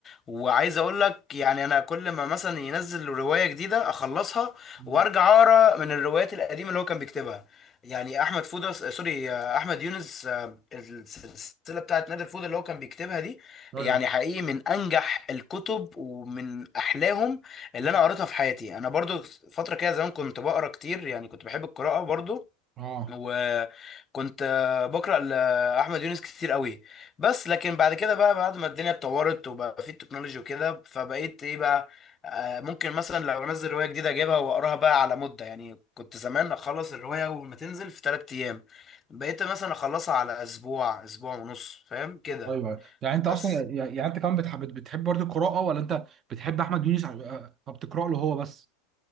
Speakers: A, on the left; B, on the right.
A: وعايز اقول لك يعني انا كل ما مثلا ينزل روايه جديده اخلصها
B: مم.
A: وارجع اقرا من الروايات القديمه اللي هو كان بيكتبها يعني احمد فوده آه، سوري آه، احمد يونس آه، السلسله بتاعت نادر فوده اللي هو كان بيكتبها دي
B: ايوه
A: يعني حقيقي من انجح الكتب ومن احلاهم اللي
B: مم.
A: انا قريتها في حياتي انا برضو فتره كده زمان كنت بقرا كتير يعني كنت بحب القراءه برضو
B: اه
A: وكنت آه، بقرا لاحمد يونس كتير قوي بس لكن بعد كده بقى بعد ما الدنيا اتطورت وبقى في التكنولوجي وكده فبقيت ايه بقى آه، ممكن مثلا لو انزل روايه جديده اجيبها واقراها بقى على مده يعني كنت زمان اخلص الروايه اول ما تنزل في ثلاث ايام بقيت مثلا اخلصها على اسبوع اسبوع ونص فاهم كده
B: ايوه يعني انت
A: بس
B: اصلا يعني يعني انت كمان بتحب بتحب برضه القراءه ولا انت بتحب احمد يونس ع- فبتقرا له هو بس